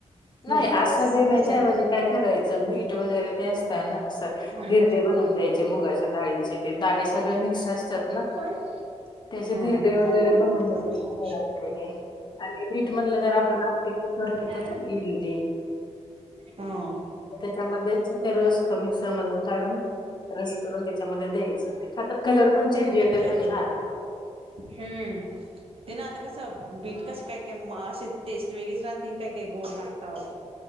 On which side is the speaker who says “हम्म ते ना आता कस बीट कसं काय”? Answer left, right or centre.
Right